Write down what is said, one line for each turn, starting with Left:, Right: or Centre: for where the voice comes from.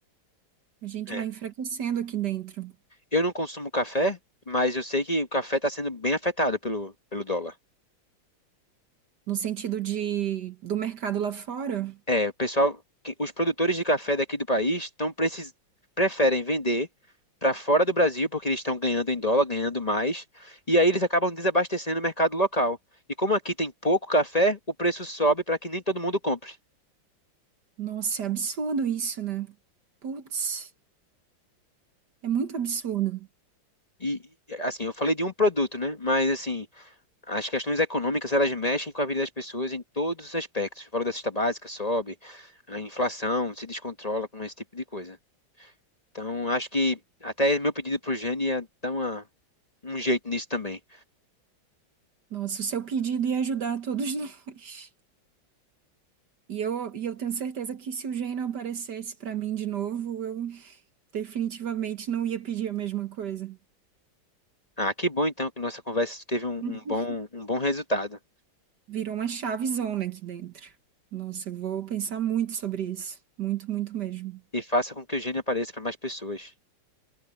Right: A gente
Left: É.
Right: vai enfraquecendo aqui dentro.
Left: Eu não consumo café, mas eu sei que o café está sendo bem afetado pelo, pelo dólar.
Right: No sentido de do mercado lá fora.
Left: É, o pessoal, que- os produtores de café daqui do país estão precis, preferem vender para fora do Brasil porque eles estão ganhando em dólar, ganhando mais, e aí eles acabam desabastecendo o mercado local. E como aqui tem pouco café, o preço sobe para que nem todo mundo compre.
Right: Nossa, é absurdo isso, né? Putz, é muito absurdo.
Left: E, assim, eu falei de um produto, né? Mas, assim, as questões econômicas, elas mexem com a vida das pessoas em todos os aspectos. O valor da cesta básica sobe, a inflação se descontrola com esse tipo de coisa. Então, acho que até meu pedido pro Jane ia dar uma, um jeito nisso também.
Right: Nossa, o seu pedido ia ajudar todos <laughs> nós. E eu, e eu tenho certeza que se o Geno aparecesse pra mim de novo, eu definitivamente não ia pedir a mesma coisa.
Left: Ah, que bom, então, que nossa conversa teve um,
Right: <laughs>
Left: um bom, um bom resultado.
Right: Virou uma chavezona aqui dentro. Nossa, eu vou pensar muito sobre isso. Muito, muito mesmo.
Left: E faça com que o Jane apareça para mais pessoas.